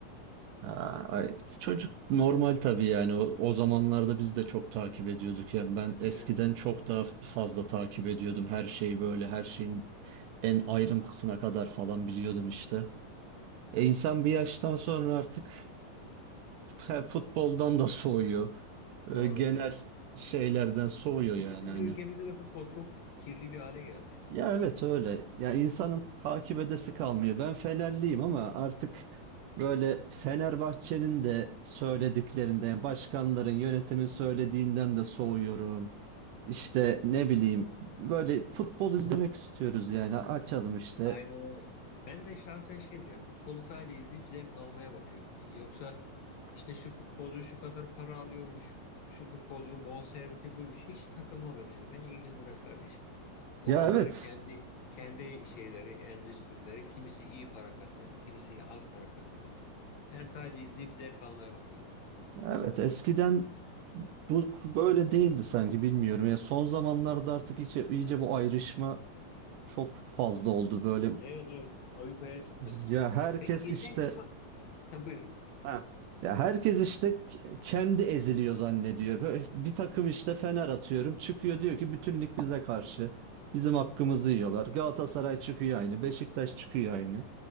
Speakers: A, on the right (about 75°); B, on the left (about 60°).
A: Ha, ay, çocuk normal tabii yani o, o zamanlarda biz de çok takip ediyorduk. Yani ben eskiden
B: Evet, evet.
A: çok daha fazla takip ediyordum her şeyi böyle her şeyin en ayrıntısına kadar falan biliyordum işte. E insan bir yaştan sonra artık e, futboldan da soğuyor.
B: Doğru
A: E, genel
B: doğru.
A: şeylerden soğuyor yani
B: Bir de bizim
A: hani.
B: ülkemizde de futbol çok kirli bir hale geldi ya.
A: Ya evet öyle. Ya insanın takip edesi kalmıyor. Ben Fenerliyim ama artık böyle Fenerbahçe'nin de söylediklerinden, başkanların, yönetimin söylediğinden de soğuyorum. İşte ne bileyim böyle futbol izlemek istiyoruz yani açalım işte.
B: Aynen öyle. Ben de şahsen şeydir ya futbolu sadece izleyip zevk almaya bakıyorum. Yoksa işte şu futbolcu şu kadar para alıyormuş, şu futbolcunun bonservisi buymuş. Hiç takılmam öyle şey. Beni ilgilendirmez kardeşim. O
A: Ya
B: onların
A: evet.
B: kendi kendi şeyleri, endüstrileri. Kimisi iyi para kazanır, kimisi az para kazanır. Ben sadece izleyip zevk almaya bakıyorum.
A: Evet eskiden bu böyle değildi sanki bilmiyorum. Ya son zamanlarda artık iyice, iyice bu ayrışma çok fazla oldu böyle.
B: Evet evet. Avrupa'ya çıktı.
A: Ya herkes
B: Peki geçenki
A: işte
B: ma... Ha, buyur.
A: Ha. Ya herkes işte k- kendi eziliyor zannediyor. Böyle bir takım işte Fener atıyorum çıkıyor diyor ki bütünlük bize karşı. Bizim hakkımızı yiyorlar. Galatasaray çıkıyor aynı. Beşiktaş çıkıyor aynı.